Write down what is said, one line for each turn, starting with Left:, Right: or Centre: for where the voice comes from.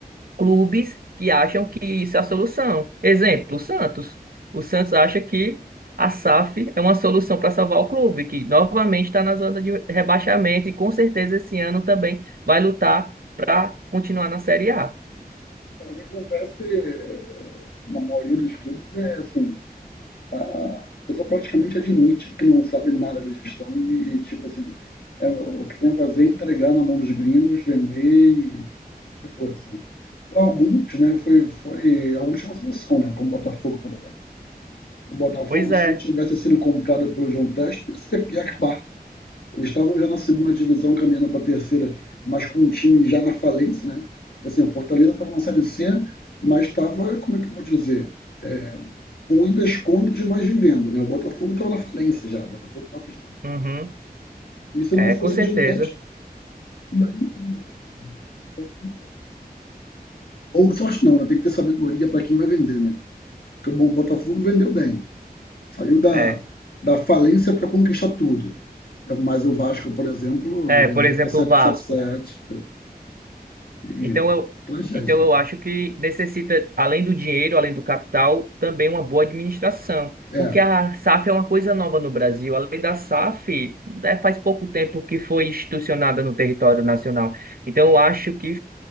Right: clubes que acham que isso é a solução. Exemplo, o Santos. O Santos acha que a SAF é uma solução para salvar o clube, que novamente está na zona de rebaixamento e com certeza esse ano também vai lutar para continuar na Série A.
Left: É, o que acontece eh, na maioria dos clubes é assim, a pessoa praticamente admite que não sabe nada de gestão e tipo assim, é, o que tem a fazer é entregar na mão dos gringos, vender e, e força, né? Para alguns, né, foi, foi a última solução, né, como o Botafogo, por exemplo. O Botafogo,
Right: Pois é.
Left: se não tivesse sido comprado pelo João Testo, ia, ser- ia acabar. Eles estavam já na segunda divisão, caminhando para a terceira, mas com um time já na falência, né? Assim, o Fortaleza estava na Série C, mas estava, como é que eu vou dizer? É, ruim das contas, mas vivendo, né? O Botafogo estava na falência já, o Botafogo estava fechando as portas.
Right: Uhum.
Left: E se
Right: É,
Left: não fosse
Right: com certeza.
Left: adiantado, e aí é, tem que ter sorte. Ou sorte não, né? Tem que ter sabedoria para quem vai vender, né? Porque bom, o Botafogo vendeu bem, saiu da,
Right: É.
Left: da falência para conquistar tudo. Mas o Vasco, por exemplo,
Right: É,
Left: vendeu
Right: por exemplo,
Left: para sete,
Right: o Vasco.
Left: sete, sete. E,
Right: Então eu,
Left: tragédia,
Right: então
Left: né?
Right: eu acho que necessita, além do dinheiro, além do capital, também uma boa administração.
Left: É,
Right: Porque a SAF é uma coisa nova no Brasil. A lei da SAF é, faz pouco tempo que foi institucionada no território nacional. Então eu acho que